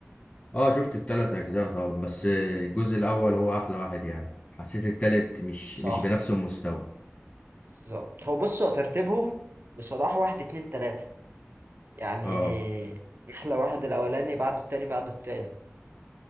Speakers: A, on the left; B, on the right.
A: اه شفت التلات اجزاء طبعا بس الجزء الاول هو احلى واحد يعني حسيت التالت مش
B: صح
A: مش بنفس المستوى
B: بالظبط هو بص هو ترتيبهم بصراحة واحد اتنين تلاتة يعني
A: اه
B: احلى واحد الاولاني بعده التاني بعده التالت